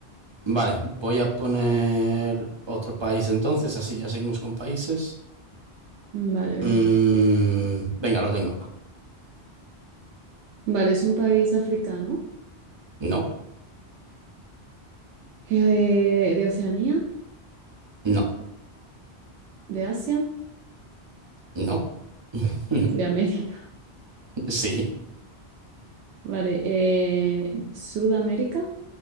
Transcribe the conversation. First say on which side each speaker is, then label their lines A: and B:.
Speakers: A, on the right (about 30°); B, on the right (about 85°).
A: Vale, voy a poner otro país entonces, así ya seguimos con países.
B: Vale, venga.
A: Mm, venga, lo tengo.
B: Vale, es un país africano,
A: No,
B: eh, de Oceanía,
A: no,
B: de Asia,
A: no. <laughs>
B: de América.
A: Sí,
B: Vale, eh, Sudamérica.